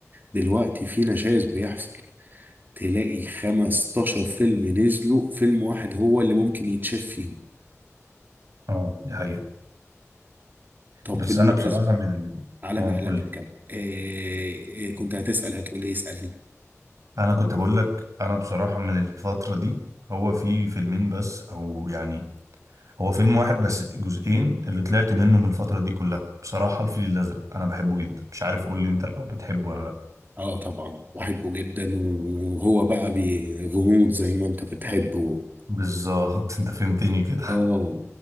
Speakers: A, on the right; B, on the right.
A: دلوقتي في نشاز بيحصل تلاقي 15 فيلم نزلوا فيلم واحد هو اللي ممكن يتشاف فيهم
B: اه دي حقيقة
A: طب
B: بس
A: بالمناسبة
B: انا بصراحة من ال...
A: على
B: اه
A: معلقة
B: قول لي
A: كم آه آه، كنت هتسأل هتقول ايه اسألني
B: انا كنت بقول لك انا بصراحة من الفترة دي هو في فيلمين بس او يعني هو فيلم واحد بس جزئين اللي طلعت منه من الفترة دي كلها بصراحة الفيل الازرق انا بحبه جدا مش عارف قول لي انت لو بتحبه ولا لا
A: اه طبعا بحبه جدا وهو بقى بي- غموض زي ما انت بتحبه
B: بالظبط <laughs> انت فهمتني كده
A: اه